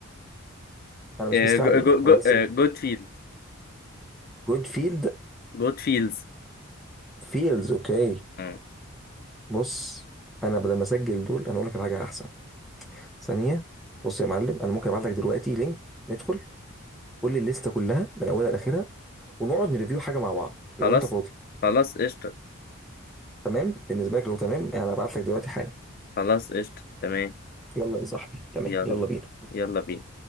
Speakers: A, in the centre; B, on the left.
A: أنا مش
B: آه
A: مستعجل
B: جو جو جو
A: انا لسه
B: آه جود فيلد
A: جود فيلد
B: جود فيلز
A: فيلز اوكي
B: آه.
A: بص انا بدل ما اسجل دول انا اقول لك على حاجه احسن ثانيه بص يا معلم انا ممكن ابعت لك دلوقتي لينك ندخل قول لي الليسته كلها من اولها لاخرها ونقعد نريفيو حاجه مع بعض لو
B: خلاص
A: انت فاضي
B: خلاص قشطة
A: تمام بالنسبه لك لو تمام انا هبعت لك دلوقتي حالا
B: خلاص قشطة تمام
A: يلا يا صاحبي تمام
B: يلا
A: يلا بينا
B: يلا بينا